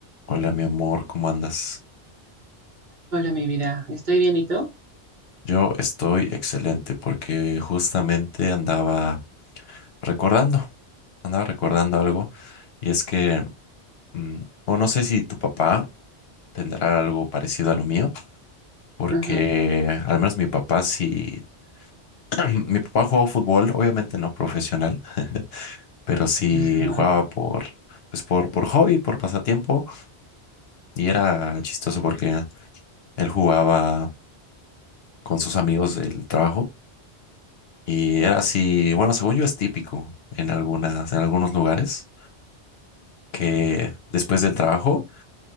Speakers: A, on the left; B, on the right.
A: Hola, mi amor, ¿cómo andas?
B: Hola, mi vida. ¿Estoy bien y tú?
A: Yo estoy excelente porque justamente andaba recordando, andaba recordando algo y es que, mm, o no sé si tu papá tendrá algo parecido a lo mío, porque
B: Ujú.
A: al menos mi papá sí, <clears throat> mi papá jugaba fútbol, obviamente no profesional, pero sí
B: <laughs>
A: jugaba por, pues por, por hobby, por pasatiempo y era chistoso porque él jugaba con sus amigos del trabajo. Y era así, bueno, según yo es típico en algunas, en algunos lugares que después del trabajo